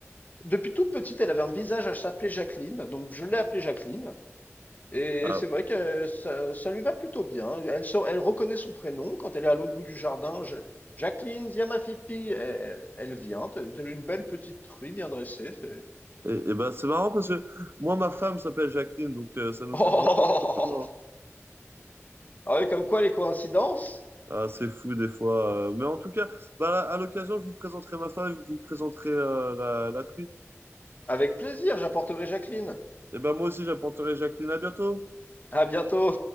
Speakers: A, on the left (about 35°); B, on the right (about 50°).
A: depuis toute petite, elle avait un visage à s'appeler Jacqueline, donc je l'ai appelée Jacqueline. Et,
B: Ah,
A: et c'est vrai que ça, ça lui va plutôt bien. Elle, sa- elle reconnaît son prénom quand elle est à l'autre bout du jardin. Je- Jacqueline, viens ma fifi. Elle, elle vient. T'as t'as une belle petite truie bien dressée. c'est-
B: et, et bah c'est marrant parce que moi, ma femme s'appelle Jacqueline, donc euh,
A: <laughs>
B: ça nous
A: Oh,
B: fait
A: oh,
B: vraiment.
A: oh, oh, oh,
B: vraiment-
A: oh. Ah ouais, comme quoi les coïncidences?
B: Ah, c'est fou des fois. euh. Mais en tout cas, bah, à l'occasion, je vous présenterai ma femme et vous présenterez euh, la, la truie.
A: Avec plaisir, j'apporterai Jacqueline.
B: Et ben moi aussi, j'apporterai Jacqueline. À bientôt!
A: À bientôt.